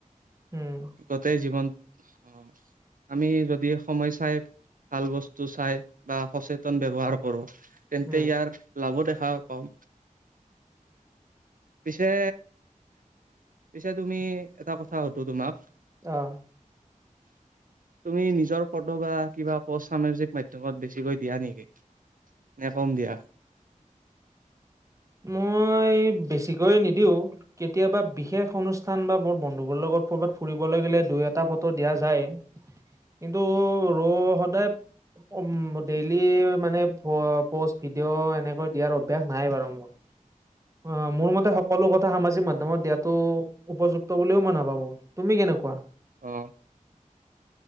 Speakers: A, on the right; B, on the right.
A: উম,
B: গোটেই জীৱন অ আমি যদি সময় চাই ভাল বস্তু চাই বা সচেতন ব্যৱহাৰ কৰোঁ। তেন্তে
A: উম,
B: ইয়াৰ লাভো দেখা পাওঁ। পিছে পিছে তুমি এটা কথা শুধো তোমাক।
A: আহ
B: <inaudible> তুমি নিজৰ ফটো বা কিবা পষ্ট সামাজিক মাধ্যমত বেছিকৈ দিয়া নেকি? নে কম দিয়া?
A: মই বেছিকৈ নিদিও। কেতিয়াবা বিশেষ অনুষ্ঠান বা মোৰ বন্ধুবোৰ লগত ক'ৰবাত ফুৰিবলৈ গ'লে দুই এটা ফটো দিয়া যায়। কিন্তু ৰ সদায় উম। ম ডেইলি মানে পষ্ট ভিডিঅ' এনেকৈ দিয়াৰ অভ্যাস নাই বাৰু মোৰ। অ মোৰ মতে সকলো কথ- এ সামাজিক মাধ্যমত দিয়াটো উপযুক্ত বুলিও মই নাভাবো। তুমি কেনেকুৱা?
B: অ